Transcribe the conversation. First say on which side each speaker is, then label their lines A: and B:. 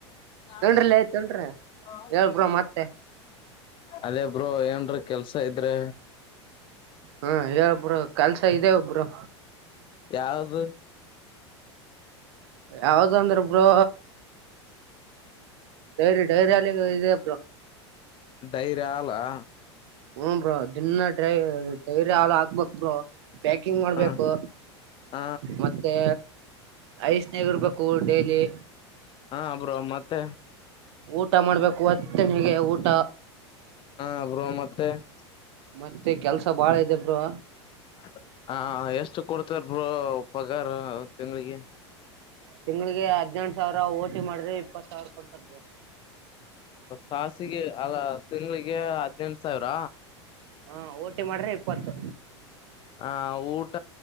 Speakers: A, on the left; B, on the right.
A: <unintelligible>
B: ತೊಂಡ್ರಲ್ಲ ತೊಂಡ್ರಿ ಹೇಳ್ ಬ್ರೋ ಮತ್ತೆ
A: ಅದೇ ಬ್ರೋ ಏನಾದರೂ ಕೆಲಸ ಇದ್ರೆ
B: ಹಾ ಹೇಳ್ ಬ್ರೋ ಕೆಲಸ ಇದೆ ಬ್ರೋ
A: ಯಾವುದು
B: ಯಾವದು ಅಂದ್ರೆ ಬ್ರೋ ಡೈರಿ ಡೈರಿ ಅಲ್ಲಿ ಇದೆ ಬ್ರೋ
A: ಡೈರಿ ಹಾಲ್ ಹಾ
B: ಹ್ಮ್ ಬ್ರೋ ದಿನ ಡೈರಿ ಡೈರಿ ಹಾಲು ಹಾಕಬೇಕು ಬ್ರೋ ಪ್ಯಾಕಿಂಗ್ ಮಾಡ್ಬೇಕು
A: ಹ ಹ
B: ಮತ್ತೆ ಐಸ್ <unintelligible> ಡೈಲಿ
A: ಹ ಬ್ರೋ ಮತ್ತೆ
B: ಊಟ ಮಾಡ್ಬೇಕು ನಿನಗೆ ಊಟ
A: ಹಾ ಬ್ರೋ ಮತ್ತ <unintelligible>
B: ಮತ್ತೆ ಕೆಲ್ಸ ಬಾಳ ಇದೆ ಬ್ರೋ
A: ಹಾ ಹಾ ಎಷ್ಟು ಕೊಡ್ ಬ್ರೋ ಪಾಗರ ತಿಂಗಳಿಗೆ
B: ತಿಂಗ್ಲಿಗೆ ಹದ್ನೆಂಟ್ ಸಾವಿರ ಓಟಿ ಮಾಡಿದ್ರೆ ಇಪ್ಪತ್ತು ಸಾವಿರ ಕೊಡ್ತರ್ ಬ್ರೋ
A: ತಸಿಗೆ ಅಲ್ಲ ತಿಂಗ್ಳಿಗೆ ಹದ್ನೆಂಟು ಸಾವಿರ
B: ಹಾ ಓಟಿ ಮಾಡ್ರೆ ಇಪ್ಪತ್ತು
A: ಹ ಊಟ